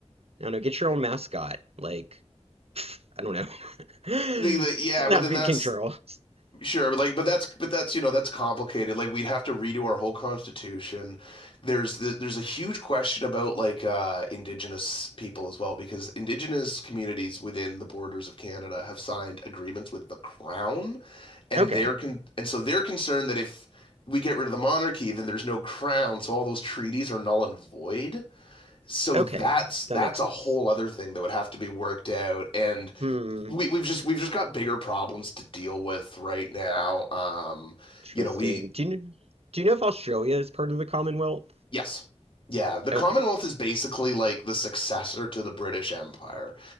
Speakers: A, on the right (about 60°); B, on the left (about 50°).
A: I don't know, get your own mascot. Like, <laughs> pff, I don't know. <laughs>
B: The, the yeah,
A: Doesn't
B: but
A: have
B: then
A: to be
B: that's
A: King Charles.
B: Sure, but like, but that's, but that's, you know, that's complicated. Like, we'd have to redo our whole constitution. There's, the, there's a huge question about like uh, Indigenous people as well, because Indigenous communities within the borders of Canada have signed agreements with the Crown, and
A: Okay.
B: they're con, and so they're concerned that if we get rid of the monarchy, then there's no Crown, so all those treaties are null and void. So
A: Okay.
B: that's that's
A: That makes
B: a
A: sense.
B: whole other thing that would have to be worked out, and
A: Hmm.
B: we we've just we've just got bigger problems to deal with right now. Um,
A: Interesting.
B: you know, we
A: Do you, do you know if Australia is part of the Commonwealth?
B: yes. Yeah, the
A: Okay.
B: Commonwealth is basically like the successor to the British Empire.